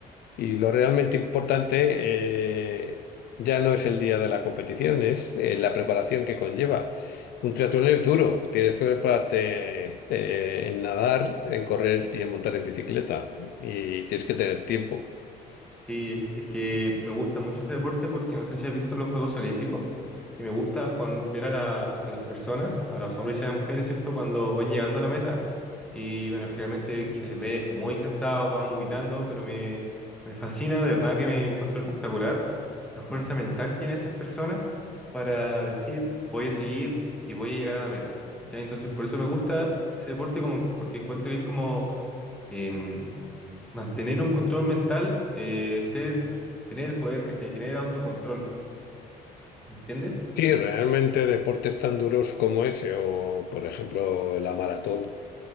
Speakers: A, on the left (about 70°); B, in the centre.
A: y lo realmente importante eh, ya no es el día de la competición, es eh, la preparación que conlleva. Un triatlón es duro, tienes que prepararte eh, en nadar, en correr y en montar en bicicleta y tienes que tener tiempo.
B: Sí, es que me gusta mucho ese deporte porque no sé si has visto los Juegos Olímpicos y me gusta cuan- ver a, la- a las personas, a los hombres y a las mujeres, ¿cierto? Cuando van llegando a la meta y bueno, generalmente se les ve muy cansados, van vomitando, pero me, me fascina, de verdad que me encuentro espectacular la fuerza mental que tienen esas personas para decir voy a seguir y voy a llegar a la meta, ¿cachai? Entonces por eso me gusta ese deporte como, porque encuentro que es como... em, Mantener un control mental, eh, ser, tener el poder, ¿cachai? Tener autocontrol, ¿entiendes?
A: Sí, realmente deportes tan duros como ese o, por ejemplo, la maratón,